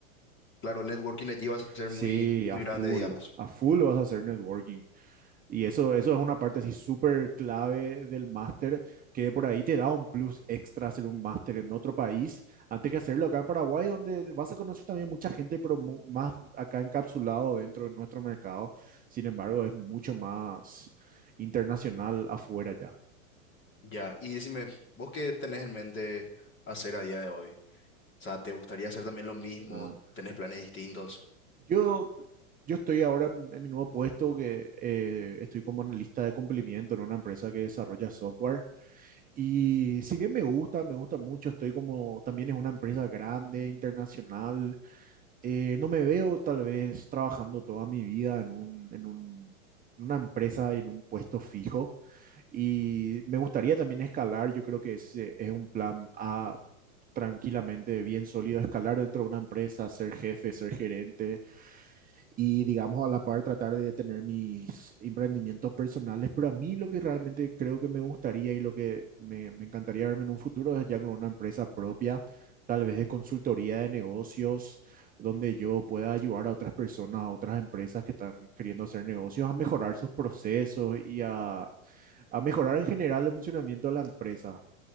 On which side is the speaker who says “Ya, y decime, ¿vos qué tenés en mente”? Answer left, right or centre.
Left